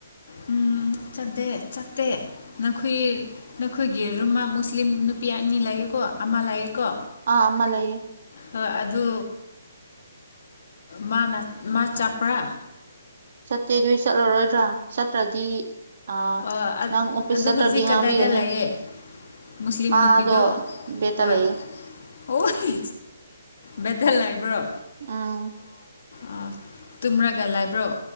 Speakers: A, on the left (about 60°); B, on the right (about 60°).
A: ꯎ ꯆꯠꯇꯦ ꯆꯠꯇꯦ ꯅꯈꯣꯏ ꯅꯈꯣꯏꯒꯤ ꯔꯨꯝꯃꯨꯁ ꯃꯨꯁꯂꯤꯝ ꯅꯨꯄꯤ ꯑꯅꯤ ꯂꯥꯛꯌꯦꯀꯣ ꯑꯃ ꯂꯥꯛꯌꯦꯀꯣ
B: ꯑꯥꯃ ꯂꯩꯦ
A: ꯍꯣꯏ ꯑꯗꯨ ꯃꯥꯅ ꯃꯥ ꯆꯥꯛꯄ꯭ꯔꯥ
B: ꯆꯠꯇꯦ ꯑꯗꯨꯏ ꯆꯠꯂꯔꯣꯏꯗ꯭ꯔꯥ ꯆꯠꯇ꯭ꯔꯗꯤ ꯑꯥ
A: ꯑꯣ
B: ꯅꯪ ꯑꯣꯐꯤꯁ
A: ꯑꯗꯨ
B: ꯆꯠꯇ꯭ꯔꯗꯤ
A: ꯍꯧꯖꯤꯛ
B: ꯉꯥꯡꯕꯤꯒꯅꯤ
A: ꯀꯗꯥꯏꯗ ꯂꯩꯌꯦ ꯃꯨꯁꯂꯤꯝ
B: ꯃꯥꯗꯣ
A: ꯅꯨꯄꯤꯗ
B: ꯕꯦꯠꯇ
A: ꯍꯣꯏ
B: ꯂꯩꯌꯦ
A: ꯍꯣꯏ ꯕꯗꯜꯅ ꯏꯕ꯭ꯔꯣ
B: ꯑꯥ
A: ꯑ ꯇꯨꯝ꯭ꯔꯒ ꯂꯥꯏꯕ꯭ꯔꯣ